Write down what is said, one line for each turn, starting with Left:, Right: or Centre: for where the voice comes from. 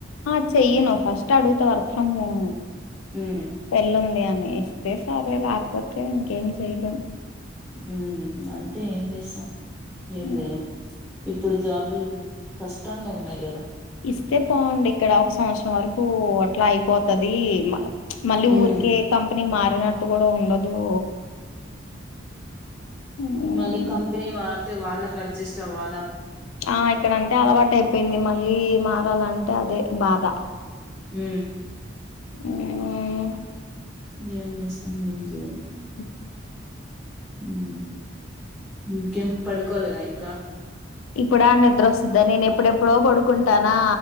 Left: ఆ చెయ్యి నువ్ ఫస్ట్ ట అడుగుత వర్క్ ఫ్రమ్ హోము
Centre: ఉమ్
Left: పెళ్ళుంది అని ఇస్తే సరే లాకపోతే ఇంకేం చేయలేం
Centre: ఊ అంతే ఏం చేస్తాం ఏం
Left: మ్మ్
Centre: జేయలేం ఇప్పుడు జాబులు కష్టంగా ఉన్నాయి గదా
Left: ఇస్తే బావుండు ఇక్కడ ఒక సంవత్సరం వరకూ అట్లా అయిపోతదీ మా మళ్ళీ
Centre: ఉమ్
Left: ఊర్కే కంపెనీ మా పోయినట్టు గూడా ఉండదు మ్,
Centre: మళ్ళి కంపినీ వార్ తే వాళ్ళక్ అడ్జెస్ట్ అవ్వాలా
Left: ఆ ఇక్కడంటే అలవాటు అయిపోయింది మళ్ళీ మారాలంటే అదే బాధ
Centre: ఊఊ
Left: ఆ
Centre: ఏం చేస్తాం ఏం చేయాలి
Left: ఉ
Centre: ఉ ఇంకేం పడుకోలేదా ఇంకా
Left: ఇప్పుడ ఆ నిద్ర వస్తుందా నేను ఎప్పుడెప్పుడో పడుకుంటానా